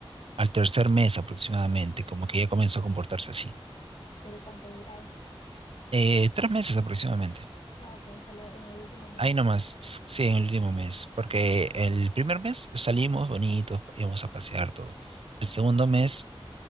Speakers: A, on the right (about 75°); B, on the left (about 65°).
A: al tercer mes aproximadamente, como que ya comenzó a comportarse así.
B: ¿Y pero cuánto duraron?
A: Eh, tres meses aproximadamente.
B: Ah, ok, solo en el último mes
A: Ahí nomás,
B: fue.
A: sí, en el último mes. Porque el primer mes salimos bonitos, íbamos a pasear todo. El segundo mes,